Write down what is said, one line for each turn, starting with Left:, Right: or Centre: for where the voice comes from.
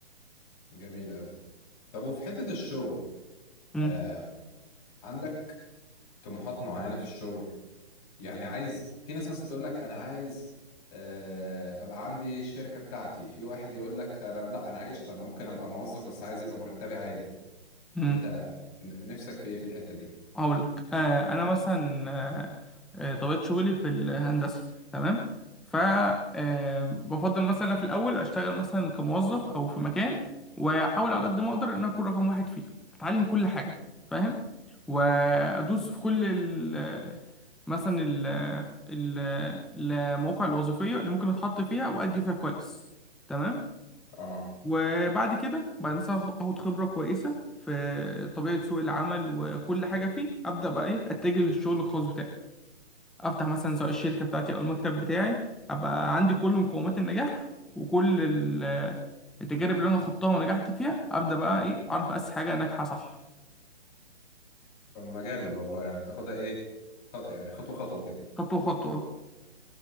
Left: جميل قوي طب وفي حتة الشغل
Centre: مم.
Left: آه... عندك طموحات معينة في الشغل يعني عايز في ناس مثلا تقول لك أنا عايز آه، أبقى عندي الشركة بتاعتي في واحد يقول لك أنا لا أنا عايشت أنا ممكن أبقى موظف بس عايز يبقى مرتبي عالي
Centre: مم.
Left: أنت ن- نفسك في إيه في الحتة دي؟
Centre: هقول لك آه انا مثلا آه آه، طبيعه شغلي في الهندسه تمام ف آه، بفضل مثلا في الاول اشتغل مثلا كموظف او في مكان واحاول على قد ما اقدر ان أنا اكون رقم واحد فيه اتعلم كل حاجه فاهم وادوس في كل ال مثلا ال ال- المواقع الوظيفيه اللي ممكن اتحط فيها وادي فيها كويس تمام
Left: آه
Centre: وبعد كده بعد مثلا آخ- اخد خبرة كويسة في طبيعة سوق العمل وكل حاجة فيه ابدا بقى ايه اتجه للشغل الخاص بتاعي افتح مثلا سواء الشركة بتاعتي او المكتب بتاعي ابقى عندي كل مقومات النجاح وكل ال- التجارب اللي انا خضتها ونجحت فيها ابدا بقى ايه اعرف اسس حاجة ناجحة صح
Left: طب ما جامد والله يعني تاخدها إيه خ- يعني خطوة خطوة كده
Centre: خطوة خطوة